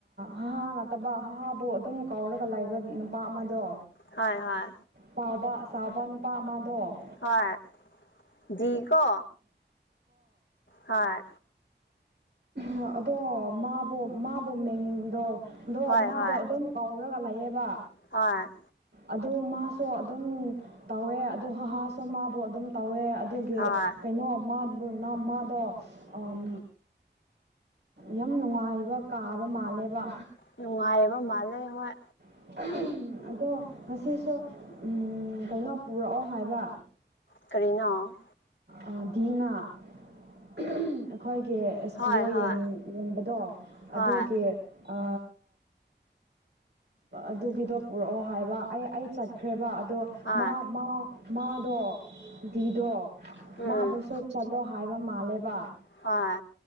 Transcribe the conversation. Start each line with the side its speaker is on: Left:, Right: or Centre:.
Right: ꯍꯥꯍꯥ ꯉꯥꯛꯇꯕ ꯍꯥꯍꯥ ꯕꯨ ꯑꯗꯨꯝ ꯀꯥꯎꯔꯒ ꯂꯥꯏꯕꯒꯤ ꯅꯨꯄꯥ ꯑꯃꯗꯣ꯫
Left: ꯍꯣꯏ ꯍꯣꯏ
Right: ꯄꯥꯎꯕ ꯆꯥꯎꯕ ꯅꯨꯄꯥ ꯑꯃꯗꯣ꯫
Left: ꯍꯣꯏ ꯗꯤꯀꯣ ꯍꯣꯢ꯫
Right: ꯑꯣ ꯑꯗꯣ ꯃꯥꯕꯨ ꯃꯥꯕꯨ ꯃꯤꯡꯗꯣ ꯗꯣ
Left: ꯍꯣꯏ
Right: ꯃꯥꯗꯣ
Left: ꯍꯣꯏ
Right: ꯑꯗꯨꯝ ꯀꯧꯔꯒ ꯂꯩꯌꯦꯕ꯫
Left: ꯍꯣꯏ
Right: ꯑꯗꯨ ꯃꯥꯁꯨ ꯑꯗꯨꯝ ꯇꯧꯋꯦ ꯑꯗꯨ ꯍꯥꯍꯥꯁꯨ ꯃꯥꯕꯨ ꯑꯗꯨꯝ ꯇꯧꯋꯦ ꯑꯗꯨꯝ ꯒꯦ
Left: ꯍꯣꯏ
Right: ꯀꯩꯅꯣ ꯃꯥꯕꯨ ꯃꯥꯗꯣ ꯑꯝ ꯌꯥꯝ ꯅꯨꯡꯉꯥꯏꯕ ꯀꯥꯕ ꯃꯥꯜꯂꯦꯕ꯫
Left: ꯅꯨꯡꯉꯥꯏꯌꯦꯕ ꯃꯥꯜꯂꯦ ꯍꯣꯏ꯫
Right: <unintelligible> ꯑꯗꯣ ꯉꯁꯤꯁꯣ ꯎꯝ ꯀꯩꯅꯣ ꯄꯨꯔꯛꯑꯣ ꯍꯥꯏꯕ꯫
Left: ꯀꯔꯤꯅꯣ?
Right: ꯑꯥ ꯗꯤ ꯅꯥ <unintelligible> ꯑꯩꯈꯣꯏꯒꯤ ꯑꯦꯁ
Left: ꯍꯣꯏ
Right: ꯄꯤ ꯑꯣ
Left: ꯍꯣꯏ
Right: ꯌꯦꯡ ꯌꯦꯡꯕꯗꯣ
Left: ꯍꯣꯏ
Right: ꯑꯗꯨꯒꯤ ꯑ ꯑꯗꯨꯒꯤꯗꯣ ꯄꯨꯔꯛꯑꯣ ꯍꯥꯏꯕ ꯑꯩ ꯑꯩ ꯆꯠꯈ꯭ꯔꯦꯕ ꯑꯗꯣ
Left: ꯍꯣꯏ
Right: ꯃꯥ ꯃꯥ ꯃꯥꯗꯣ ꯗꯤ ꯗꯣ
Left: ꯎꯝ
Right: ꯃꯥꯕꯨꯁꯨ ꯆꯠꯂꯣ ꯍꯥꯏꯕ ꯃꯥꯜꯂꯦꯕ
Left: ꯍꯣꯏ